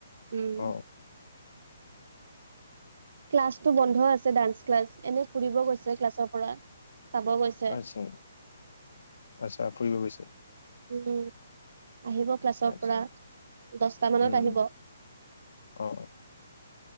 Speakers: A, on the right (about 60°); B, on the left (about 75°).
A: উম।
B: অ
A: ক্লাছটো বন্ধ আছে ডান্স ক্লাছ, এনেই ফুৰিব গৈছে ক্লাছৰ পৰা। চাব গৈছে
B: আচ্ছা, আচ্ছা ফুৰিব গৈছে?
A: উম আহিব ক্লাছৰ
B: আচ্ছা
A: পৰা, দছটা মানত
B: উম
A: আহিব।
B: অ।